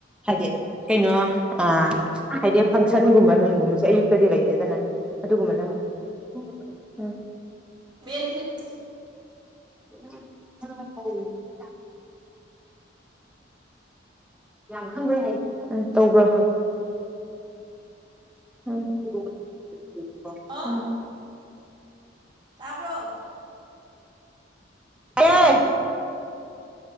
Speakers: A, in the centre; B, on the right.
A: ꯍꯥꯏꯗꯤ ꯀꯩꯅꯣ ꯑ ꯍꯥꯏꯗꯤ ꯐꯪꯁꯟꯒꯨꯝꯕ ꯅꯨꯡꯒꯨꯝꯕꯁꯨ ꯑꯌꯨꯛꯇꯗꯤ ꯂꯩꯇꯦꯗꯅ ꯑꯗꯨꯒꯨꯝꯕꯅ ꯎꯝ
B: ꯃꯦꯟ ꯐꯤꯠ
A: <unintelligible> ꯌꯥꯝ ꯈꯪꯕ꯭ꯔꯥ ꯍꯥꯏ ꯎ ꯇꯧꯕ꯭ꯔ ꯎꯝ ꯎꯝ
B: ꯑꯣ ꯇꯥꯕ꯭ꯔꯣ
A: ꯇꯥꯏꯌꯦ